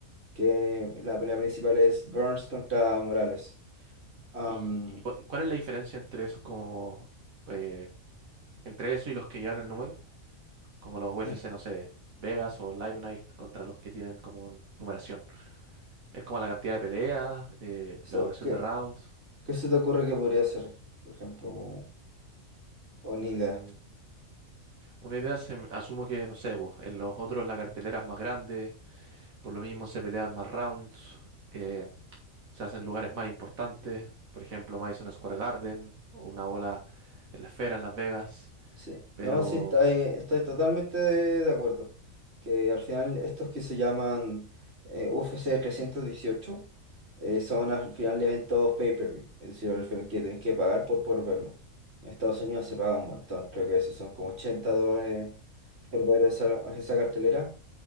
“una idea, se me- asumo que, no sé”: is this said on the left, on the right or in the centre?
Right